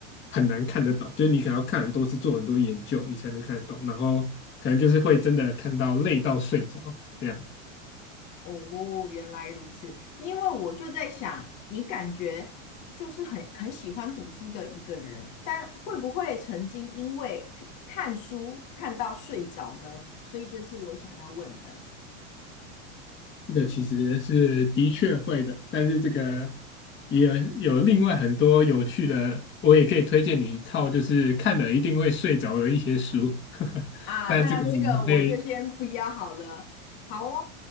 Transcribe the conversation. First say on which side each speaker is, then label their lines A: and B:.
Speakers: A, on the left (about 30°); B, on the left (about 50°).
A: 很难看得懂，就是你可能要看很多次，做很多研究，你才能看得懂。然后可能就是会真的看到累到睡着这样子。
B: 哦，原来如此。因为我就在想，你感觉就是很很喜欢读书的一个人，但会不会曾经因为看看书看到睡着呢？所以这是我想要问的。
A: 这个其实是的确会的，但是这个也有另外很多有趣的，我也可以推荐你一套，就是看了一定会睡着的一些书。<laughs>
B: 啊，
A: 但这个我们可以
B: 那这个我就先不要好了。好哦，